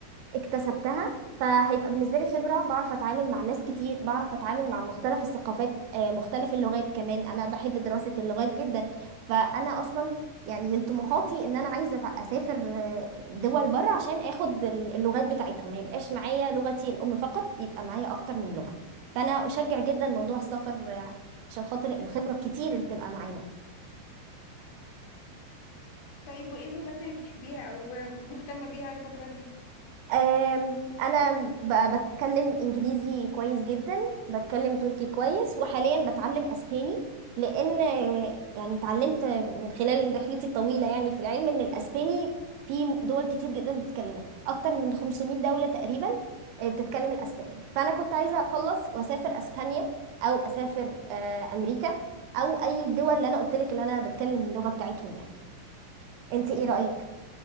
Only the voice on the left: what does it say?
طيب وايه اللغات اللي بتحبيها او مهتمة بيها الفترة دي